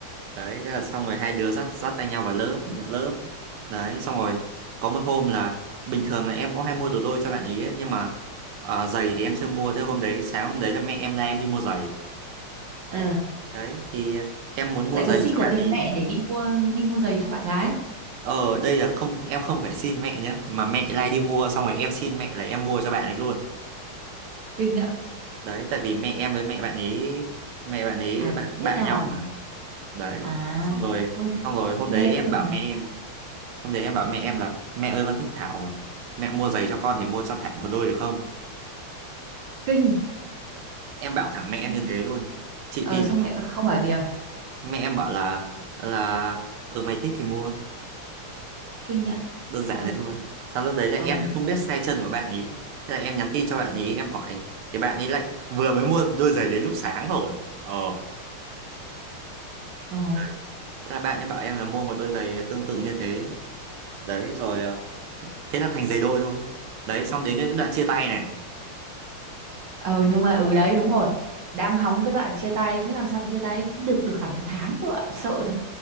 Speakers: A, on the right; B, on the right.
A: đấy thế là xong rồi hai đứa dắt dắt tay nhau vào lớp nhận lớp đấy xong rồi có một hôm là bình thường là em cũng hay mua đồ đôi cho bạn ý ấy, nhưng mà à, giày thì em chưa mua thế hôm đấy sáng hôm đấy là mẹ em la em đi mua giày
B: Ờ,
A: đấy thì em muốn mua
B: Lại
A: giày
B: còn xin
A: cho
B: cả
A: bạn
B: tiền
A: ý
B: mẹ để đi mua đi mua giày cho bạn gái.
A: ờ đây là không em không phải xin mẹ nhé mà mẹ lai đi mua xong rồi em xin mẹ là em mua cho bạn ấy luôn
B: Kinh ạ.
A: đấy tại vì mẹ em với mẹ bạn ấy mẹ bạn ấy
B: À
A: bạn
B: biết
A: bạn
B: nhau
A: nhau
B: à?
A: mà đấy
B: À
A: xong rồi
B: ôi thế
A: xong rồi
B: nghe
A: hôm đấy em
B: cũng được
A: bảo
B: nhỉ.
A: mẹ em hôm đấy em bảo mẹ em là mẹ ơi con thích Thảo mẹ mua giày cho con thì mua cho Thảo một đôi được không
B: Kinh.
A: em bảo thẳng mẹ em
B: Xong-
A: như thế luôn chị
B: Ờ
A: tin
B: xong
A: được
B: mẹ bảo- không bảo gì à?
A: không? mẹ em bảo là là ừ mày thích thì mua
B: Kinh ạ.
A: đơn giản
B: Ôi
A: thế thôi xong lúc đấy là
B: ờ
A: em lại không
B: được.
A: biết size chân của bạn ý thế là em nhắn tin cho bạn ý em hỏi thì bạn ấy lại vừa mới mua đôi giày đấy lúc sáng rồi ờ
B: Ờ.
A: đấy thế là bạn ấy bảo em là mua một đôi giày tương tự như thế đấy rồi ờ, thế là thành giày đôi thôi đấy xong đến cái đoạn chia tay này
B: Ờ nhưng mà ừ đấy đúng rồi. Đang hóng cái đoạn chia tay thế làm sao mà chia tay được được hẳn một tháng cơ ạ. Sợ